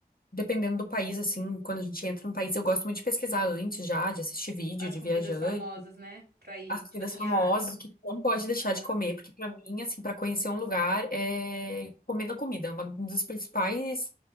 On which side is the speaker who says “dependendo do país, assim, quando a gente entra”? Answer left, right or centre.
Left